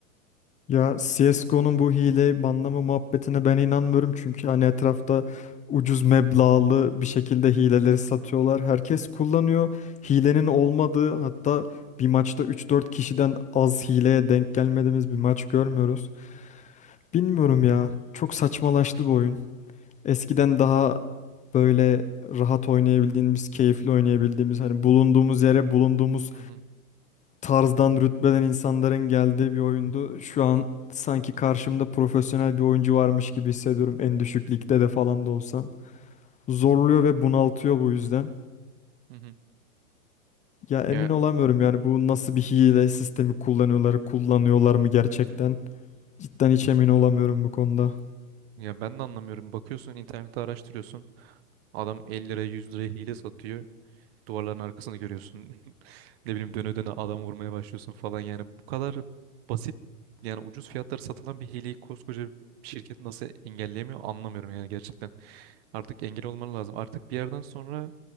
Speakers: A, on the left; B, on the right.
A: Ya CSGO'nun bu hile banlama muhabbetine ben inanmıyorum çünkü hani etrafta ucuz meblağlı bir şekilde hileleri satıyorlar. Herkes kullanıyor. Hilenin olmadığı hatta bir maçta üç dört kişiden az hileye denk gelmediğimiz bir maç görmüyoruz. Bilmiyorum ya. Çok saçmalaştı bu oyun. Eskiden daha böyle rahat oynayabildiğimiz, keyifli oynayabildiğimiz hani bulunduğumuz yere bulunduğumuz
B: Hı hı.
A: tarzdan rütbeden insanların geldiği bir oyundu. Şu an sanki karşımda profesyonel bir oyuncu varmış gibi hissediyorum. En düşük ligde de falan da olsam. Zorluyor ve bunaltıyor bu yüzden.
B: Hı hı.
A: Ya emin
B: Ya
A: olamıyorum yani bu nasıl bir hile sistemi kullanıyorlar, kullanıyorlar mı gerçekten? Cidden hiç emin olamıyorum bu konuda.
B: ya ben de anlamıyorum. Bakıyorsun internette araştırıyorsun. Adam 50 liraya 100 liraya hile satıyor. Duvarların arkasını görüyorsun. <laughs> Ne bileyim döne döne adam vurmaya başlıyorsun falan. Yani bu kadar basit yani ucuz fiyatlara satılan bir hileyi koskoca bir şirket nasıl engelleyemiyor anlamıyorum yani gerçekten. Artık engel olman lazım. Artık bir yerden sonra